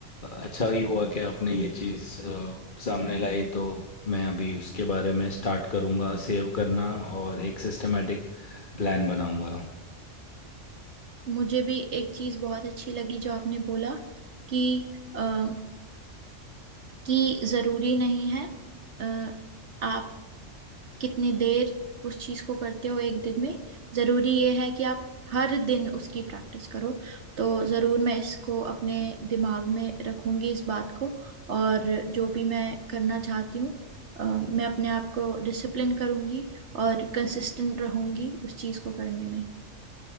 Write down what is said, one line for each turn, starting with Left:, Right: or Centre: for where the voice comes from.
Left: अच्छा ही हुआ कि आपने ये चीज़ अ, सामने लाई तो मैं अभी उसके बारे में स्टार्ट करूँगा सेव करना और एक सिस्टमेटिक प्लान बनाऊँगा
Right: मुझे भी एक चीज बहुत अच्छी लगी जो आपने बोला कि आ, कि जरूरी नहीं है अ, आप कितनी देर उस चीज को करते हो एक दिन में जरूरी ये है कि आप हर दिन उसकी प्रैक्टिस करो तो जरूर मैं इसको अपने दिमाग में रखूंगी इस बात को और जो भी मैं करना चाहती हूँ अ, मैं अपने आप को डिसिप्लिन करूंगी और कंसिस्टेंट रहूंगी उस चीज को करने में